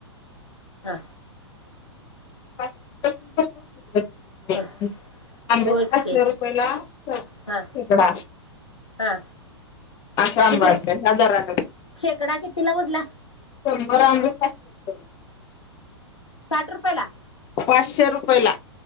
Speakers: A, on the left (about 80°); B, on the left (about 30°).
A: हा.
B: पाच वर्षपासून
A: हा
B: <unintelligible>
A: होच
B: <unintelligible> पाचशे
A: की
B: रुपयाला शेकडा.
A: हा हा
B: असं‌ आंबं
A: किती
B: हायत
A: रुप
B: हजारन.
A: शेकडा कितीला म्हटला
B: शंभर आंबे <unintelligible>
A: साठ रुपयला?
B: पाचशे रुपये ला.